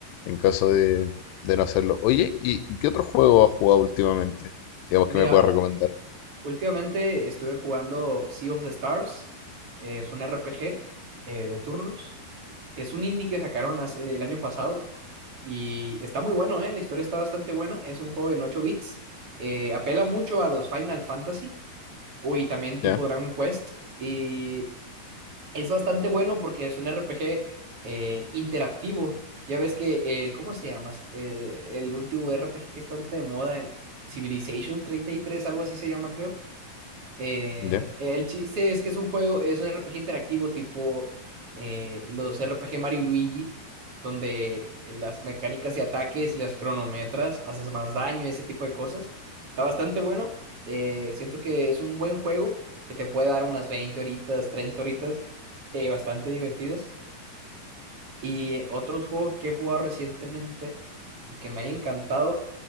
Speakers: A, on the left (about 80°); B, on the right (about 40°).
A: en caso de, de no hacerlo. Oye, ¿y, y qué otro juego has jugado últimamente? Digamos
B: Mira,
A: que me puedas
B: u-
A: recomendar.
B: últimamente estuve jugando Sea of the Stars. eh, es un RPG eh, de turnos. Es un indie que sacaron hace- el año pasado y está muy bueno, ¿eh? La historia está bastante buena. Es un juego en 8 bits. eh, apela mucho a los Final Fantasy o y también tipo
A: Ya,
B: Dragon Quest. Y es bastante bueno porque es un RPG eh, interactivo. Ya ves que, eh, ¿cómo se llama? Eh, el último RPG que está bastante de moda en Civilization treinta y tres algo así se llama, creo. Eh,
A: ya.
B: el chiste es que es un juego, es un R P G interactivo tipo eh, los R P G Mario y Luigi, donde las mecánicas de ataques y las cronometras haces más daño, y ese tipo de cosas. Está bastante bueno. eh, siento que es un buen juego que te puede dar unas 20 horitas, 30 horitas, eh, bastante divertidas. Y eh, otros juegos que he jugado recientemente y que me haya encantado,